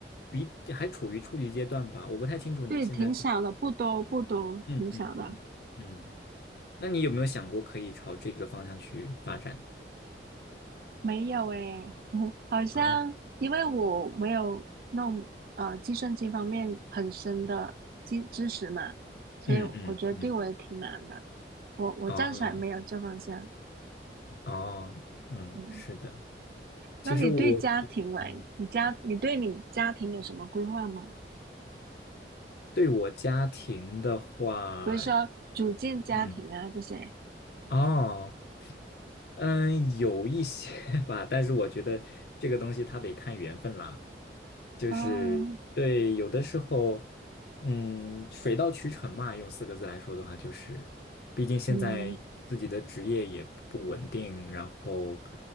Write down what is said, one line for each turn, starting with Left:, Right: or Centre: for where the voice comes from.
Left: 比还处于初级阶段吧，我不太清楚你现在，
Right: 对，挺少的，不多不多，
Left: 嗯嗯嗯嗯，
Right: 挺少的。
Left: 那你有没有想过可以朝这个方向去发展
Right: 没有诶，<laughs> 好像因为我没有弄呃计算机方面很深的知知识嘛，
Left: 啊？
Right: 所以我觉得对我也挺难的。
Left: 嗯嗯嗯，
Right: 我我暂时还没有这方向。
Left: 哦。哦，嗯，
Right: 嗯，
Left: 是的。其实我，
Right: 那你对家庭来，
Left: 嗯，
Right: 你家你对你家庭有什么规划吗？
Left: 对我家庭的话，
Right: 比如说组建家庭啊这些。
Left: 嗯，哦，嗯，有一些 <laughs> 吧，但是我觉得这个东西它得看缘分啦。就是对，
Right: 哦，
Left: 有的时候，嗯，水到渠成嘛。用四个字来说的话，就是，毕竟现在自己的职业也不稳定，
Right: 嗯
Left: 然后，